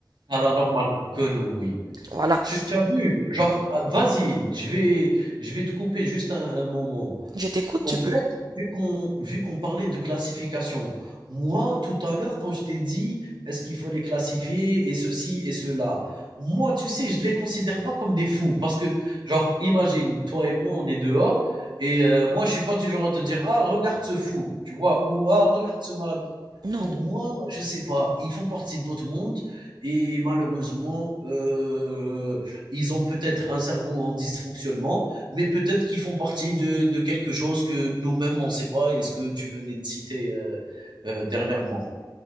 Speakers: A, on the right (about 80°); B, on the right (about 60°).
A: Paranormal Connery.
B: Voilà.
A: Tu tu as vu? Genre, ah, vas-y, je vais je vais te couper juste un un moment.
B: Je t'écoute,
A: T en
B: tu peux.
A: fait, vu qu'on vu qu'on parlait de classification, moi, tout à l'heure, quand je t'ai dit: «Est-ce qu'il faut les classifier et ceci et cela?» moi, tu sais, je les considère pas comme des fous parce que, genre, imagine, toi et moi, on est dehors et heu, moi, je suis pas du genre à te dire: «Ah, regarde ce fou», tu vois? Ou: «Ah, regarde ce malade».
B: Non,
A: Pour
B: non.
A: moi, je sais pas, ils font partie de notre monde et malheureusement, euh, ils ont peut-être un cerveau en dysfonctionnement, mais peut-être qu'ils font partie de, de quelque chose que nous-mêmes, on ne sait pas. Est-ce que tu venais de citer euh, euh, dernièrement